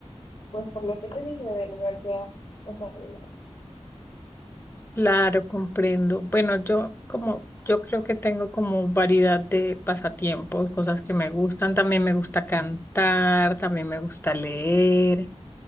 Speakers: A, on the left; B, on the left.
A: pues por lo que te dije de la universidad, o sea, no,
B: claro, comprendo. Bueno, yo como, yo creo que tengo como variedad de pasatiempos, cosas que me gustan. También me gusta cantar, también me gusta leer.